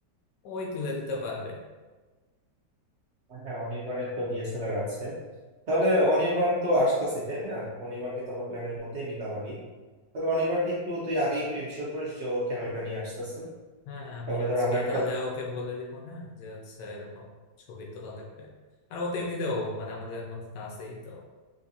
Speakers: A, on the left (about 85°); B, on the right (about 65°).
A: ওই তুলে দিতে পারবে
B: হ্যাঁ অনির্বাণের তো ডিএসএলআর আছে তাহলে অনির্বাণ তো আসতেছে তাই না অনির্বাণকে তো আমরা প্ল্যানের মধ্যেই নিলাম আরই তাহলে অনির্বাণকে একটু তুই আগে একটু ইনশিওর করিস যে ওর ক্যামেরাটা নিয়ে আসতেছে
A: হ্যাঁ আমি
B: তাহলে
A: আজকে
B: ধর আমরা একটা
A: তাহলে ওকে বলে দিব না যে হচ্ছে এরকম ছবি তোলা লাগবে আর ও তো এমনিতেও মানে আমাদের মধ্যে তো আছেই তো